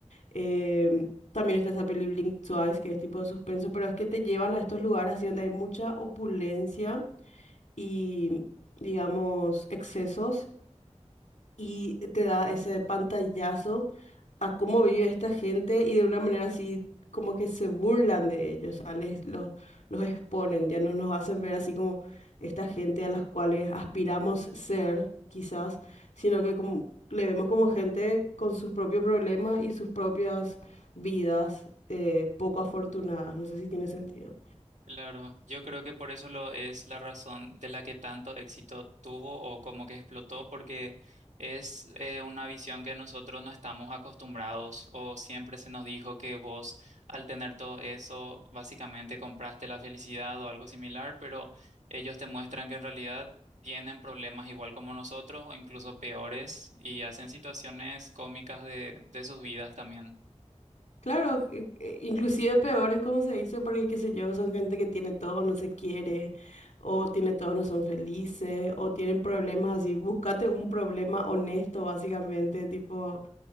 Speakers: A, on the left; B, on the right.
A: em, también está esa peli Blink Twice, que es tipo de suspenso, pero es que te llevan a estos lugares así donde hay mucha opulencia y, digamos, excesos y te da ese pantallazo a cómo vive esta gente y de una manera así como que se burlan de ellos, o sea, les- los, los exponen, ya no nos hacen ver así como esta gente a las cuales aspiramos ser, quizás, sino que como- le vemos como gente con sus propios problemas y sus propias vidas eh, poco afortunadas. No sé si tiene sentido.
B: Claro, yo creo que por eso lo es la razón de la que tanto éxito tuvo o como que explotó, porque es eh, una visión que nosotros no estamos acostumbrados o siempre se nos dijo que vos al tener todo eso básicamente compraste la felicidad o algo similar, pero ellos te muestran que en realidad tienen problemas igual como nosotros o incluso peores y hacen situaciones cómicas de, de sus vidas también.
A: Claro, e- e- inclusive peor es como se dice, porque qué sé yo, son gente que tiene todo, no se quiere, o tiene todo, no son felices, o tienen problemas así. Búscate un problema honesto, básicamente, tipo,